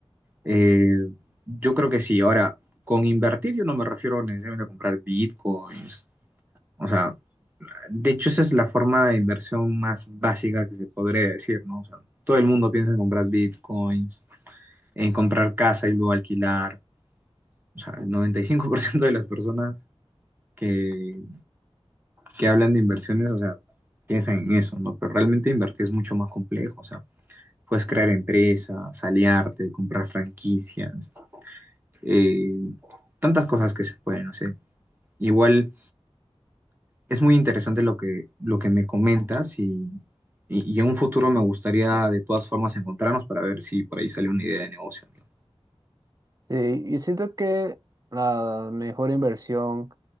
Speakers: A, on the right; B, on the right.
A: eh, yo creo que sí. Ahora, con invertir yo no me refiero necesariamente a comprar bitcoins. O sea, De hecho, esa es la forma de inversión más básica que se podría decir, ¿no? O sea, todo el mundo piensa en comprar bitcoins, en comprar casa y luego alquilar. O sea, el 95% de las personas que, que hablan de inversiones, o sea, piensan en eso, ¿no? Pero realmente invertir es mucho más complejo, o sea, puedes crear empresas, aliarte, comprar franquicias, eh, tantas cosas que se pueden hacer. Igual es muy interesante lo que, lo que me comentas y, y- y en un futuro me gustaría de todas formas encontrarnos para ver si por ahí sale una idea de negocio, amigo.
B: Sí, y siento que la mejor inversión